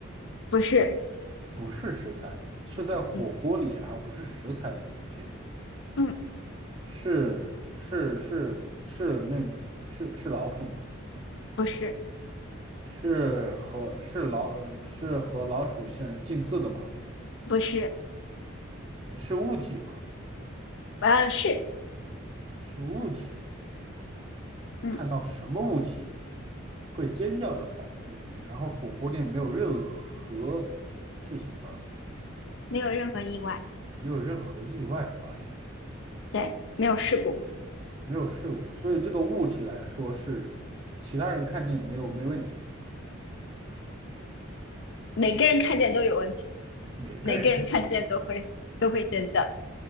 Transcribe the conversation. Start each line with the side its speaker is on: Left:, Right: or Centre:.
Left: 不是，
Right: 不是食材，是在火锅里啊，
Left: 嗯
Right: 然后不是食材的东西，
Left: 嗯，
Right: 是是是是那，是是老鼠吗？
Left: 不是。
Right: 是和是老是和老鼠相近似的吗？
Left: 不是，
Right: 是物体吗？
Left: 呃，是，
Right: 是物体，
Left: 嗯，
Right: 看到什么物体会尖叫的跑出去，然后火锅店没有任何事情发生，
Left: 没有任何意外，
Right: 没有任何意外发生，
Left: 对，没有事故，
Right: 没有事故，所以这个物体来说是其他人看见没有没问题。
Left: 每个人看见都有问题，
Right: 每个人。
Left: 每个人看见都会都会真的，